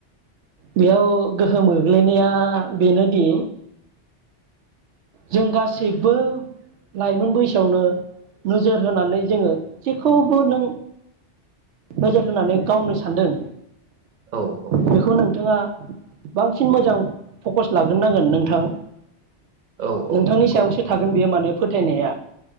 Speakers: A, on the right; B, on the right.
A: बेयाव गोहोम गोग्लैनाया बेनोदि जों गासैबो लाइमोन बैसोआवनो नोजोर होनानै जोङो जेखौबो नों नोजोर होनानै गावनो सानदों
B: औ औ
A: बेखौ नोंथाङा बांसिन मोजां फकास लाग्रो नांगोन नोंथां।
B: औ औ
A: नोंथांनि
B: नंगौ
A: सायावसो थागोन बेयो माने फोथायनाया